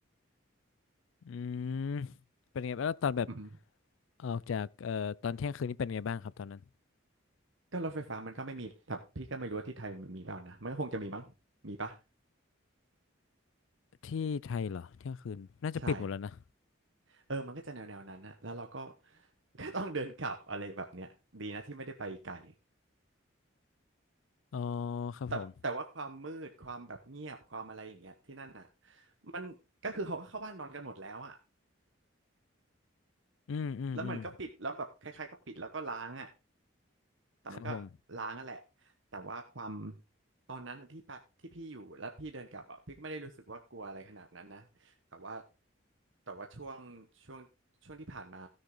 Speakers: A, on the left; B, on the right.
A: อืมเป็นไงบ้างแล้วตอนแบบ
B: อืม
A: ออกจากเอ่อตอนเที่ยงคืนนี่เป็นไงบ้างครับตอนนั้น
B: ก็รถไฟฟ้ามันก็ไม่มีแต่พี่ก็ไม่รู้ว่าที่ไทยมันมีเปล่านะมันก็คงจะมีมั้งมีปะ
A: ที่ไทยเหรอเที่ยงคืนน่าจะปิดหมดแล้วนะ
B: ใช่เออมันก็จะแนวแนวนั้นนะแล้วเราก็ <laughs> ก็ต้องเดินกลับอะไรแบบเนี้ยดีนะที่ไม่ได้ไปไกล
A: อ๋อครับผม
B: แต่แต่ว่าความมืดความแบบเงียบความอะไรอย่างเงี้ยที่นั่นอ่ะมันก็คือเขาก็เข้าบ้านนอนกันหมดแล้วอ่ะ
A: อืมอืมอืม
B: แล้วมันก็ปิดแล้วแบบคล้ายๆก็ปิดแล้วก็ล้างอ่ะ แต่มันก็ล้างนั่นแหละ
A: ครับผม
B: แต่ว่าความตอนนั้นที่ไปที่พี่อยู่แล้วพี่เดินกลับอ่ะพี่ก็ไม่ได้รู้สึกว่ากลัวอะไรขนาดนั้นนะ แต่ว่าแต่ว่าช่วงช่วงช่วงที่ผ่านมา